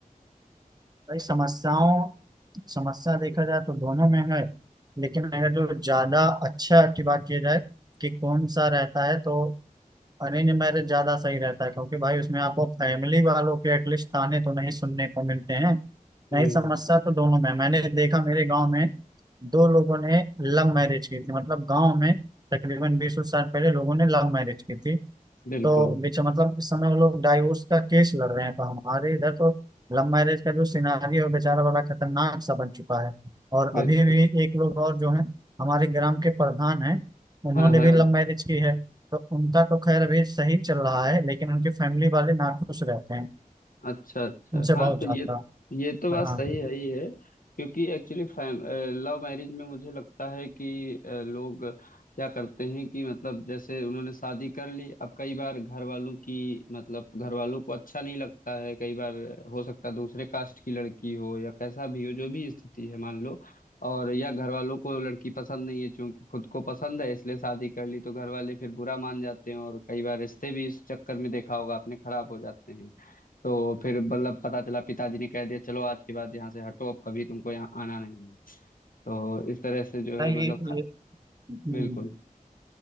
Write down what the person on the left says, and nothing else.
हम्म
हम्म,
बिल्कुल
बिल्कुल
हाँ हाँ
अच्छा अच्छा
हाँ
तो
ये ये तो बात
सही है ही है क्योंकि एक्चुअली फैम लव मैरिज में मुझे लगता है कि अ, लोग क्या करते हैं कि मतलब जैसे उन्होंने शादी कर ली अब कई बार घर वालों की मतलब घर वालों को अच्छा नहीं लगता है कई बार हो सकता है दूसरे कास्ट की लड़की हो या कैसा भी हो जो भी स्थिति है मान लो और या घर वालों को लड़की पसंद नहीं है क्योंकि खुद को पसंद है इसलिए शादी कर ली तो घर वाले फिर बुरा मान जाते हैं और कई बार रिश्ते भी इस चक्कर में देखा होगा आपने खराब हो जाते हैं तो फिर मतलब पता चला पिताजी ने कह दिया चलो आज के बाद यहाँ से हटो अब कभी तुमको यहाँ आना नहीं है तो इस तरह से जो है
मतलब
खा-
बिल्कुल